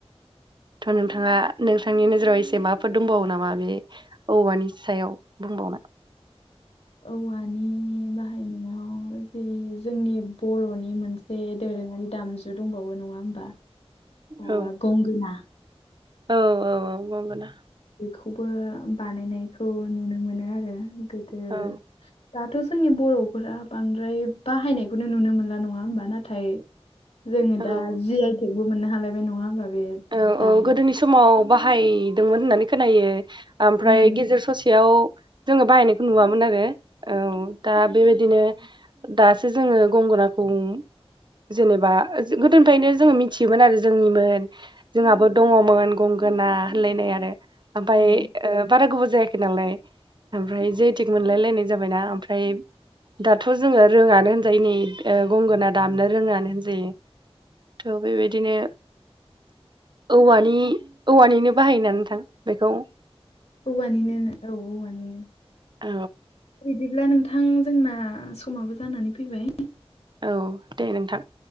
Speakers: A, on the right; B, on the left.
A: थ' नोंथाङा नोंथांनि नोजोराव एसे माबाफोर दंबावो नामा बे औवानि सायाव बुंबावनो
B: औवानि बाहायनायाव जि जोंनि बर'नि मोन बे दोरोङारि दामजु दंबावो नङा होमबा ओ
A: औ
B: गंगोना।
A: औ औ औ गंगोना।
B: बेखौबो बानायनायखौ नुनो मोनो आरो गोदो
A: औ
B: दाथ' जोंनि बर'फोरा बांद्राय बाहायनायखौनो नुनो मोनला नङा होमबा नाथाय जोङो
A: औ
B: दा जि आइटेकबो मोननो हालायबाय नङा होमबा बे
A: औ
B: दामग्रा
A: औ गोदोनि समाव बाहायदोंमोन होननानै खोनायो। ओमफ्राय
B: मोन
A: गेजेर ससेयाव जोङो बाहायनायखौ नुवामोन आरो औ दा बेबायदिनो दासो जोङो गंगोनाखौ जेनेबा गोदोनिफ्रायनो जोङो मिथियोमोन आरो जोंनिमोन। जोंहाबो दङमोन गंगोना होनलायनाय आरो ओमफ्राय
B: औ
A: बारा गोबाव जाया नालाय ओमफ्राय जि आइ टेग मोनलायनाय जाबायना ओमफ्राय दाथ' जोङो रोङानो होनजायो नै ओ गंगोना दामनो रोङानो होनजायो। थ' बेबायदिनो। औवानि औवानिनो बाहायोना नोंथां बेखौ
B: औवानिनो औ औवानिनो
A: औ
B: बिदिब्ला नों थां जोंना समाबो जानानै फैबाय।
A: औ दे नोंथां